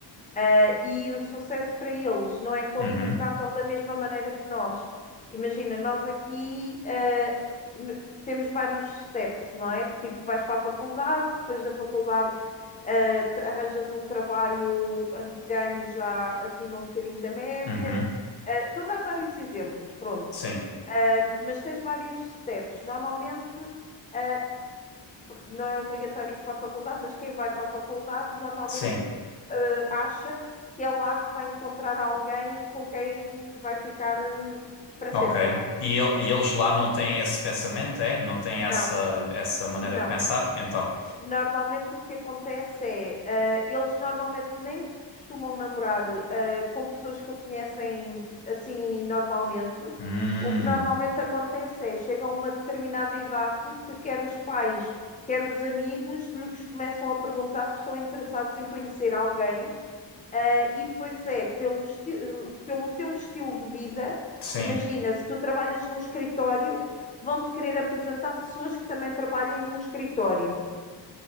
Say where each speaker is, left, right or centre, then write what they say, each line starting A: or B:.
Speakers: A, on the left; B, on the left.
A: Ah, e o sucesso para eles não é qualificável
B: uhum,
A: da mesma maneira que nós. Imagina, nós aqui, ah, im- temos vários steps, não é? Tipo, vais para a faculdade, depois da faculdade, ah, te- arranjas um trabalho onde ganhas já acima um bocadinho da média.
B: uhum.
A: Ah, estou a dar vários exemplos, pronto.
B: Sim,
A: Ah, mas tens vários steps. Normalmente, ah, não é obrigatório ir para a faculdade, mas quem vai para a faculdade normalmente
B: sim.
A: eh, acha que é lá que vai encontrar alguém com quem vai ficar eh, para sempre,
B: Ok. E,
A: não é?
B: el- e eles lá não têm esse pensamento, é? Não têm
A: Não,
B: essa, essa maneira
A: não.
B: de pensar? Então.
A: Normalmente o que acontece é, eh, eles normalmente nem costumam namorar eh, com pessoas que o conhecem assim normalmente.
B: Hum,
A: O que normalmente acontece é, chegam a uma determinada idade que quer os pais, quer os amigos, lhes começam a perguntar se estão interessados em conhecer alguém Ah, e depois é pelo, esti- pelo teu estilo de vida.
B: sim.
A: Imagina, se tu trabalhas num escritório, vão-te querer apresentar pessoas que também trabalhem num escritório.